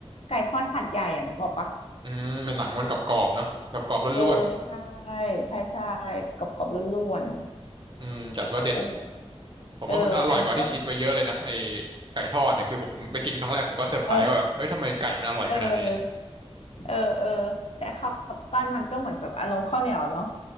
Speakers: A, on the left; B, on the right.
A: ไก่ทอดหัดใหญ่อ่ะนึกออกปะ
B: อืมเป็นหนังมันกรอบๆเนาะกรอบๆล้วน
A: เออใช่ใช่ใช่กรอบๆล้วน
B: ๆอืมจัดว่าเด็ด
A: ๆโอ้
B: ผมว่ามันอร่อยกว่าที่คิดไว้เยอะเลยนะไอ้
A: เอออันนี้ก็
B: ไก่ทอดเนี่ยคือผมไปกินครั้งแรกผมก็เซอร์ไพรส์ว่าแบบเอ้ยทำไมไก่มันอร่อยขนาดนี้
A: เออเออ เออเออแต่ข้าวปั้นมันก็เหมือนแบบอารมณ์ข้าวเหนียวเนาะ